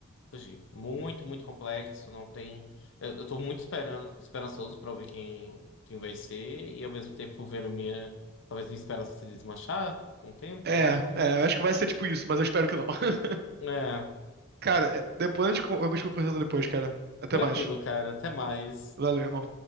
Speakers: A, on the left; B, on the right.
A: fugir. Muito, muito complexo. Não tem. Eu, eu tô muito esperando, esperançoso pra ouvir quem, quem vai ser. E ao mesmo tempo vendo minha. Talvez minha esperança se desmanchar com o tempo,
B: É,
A: mas vamos.
B: é, eu acho que vai ser tipo isso, mas eu espero que não. <laughs>
A: É,
B: Cara, é, depois a gente con- eu continuo conversando depois, cara. Até
A: tranquilo,
B: mais.
A: cara. Até mais.
B: Valeu, irmão.